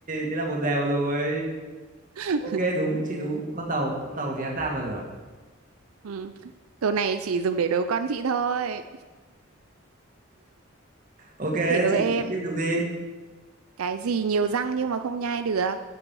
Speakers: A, on the right; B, on the right.
A: Thế là một đều rồi.
B: <laughs>
A: Ok đúng, chị đúng. Con tàu, con tàu thì ăn than và lửa.
B: Ừ. Câu này chỉ dùng để đố con chị thôi.
A: Ok, thế
B: Phải đố
A: chị
B: em.
A: chị tiếp tục đi.
B: cái gì nhiều răng nhưng mà không nhai được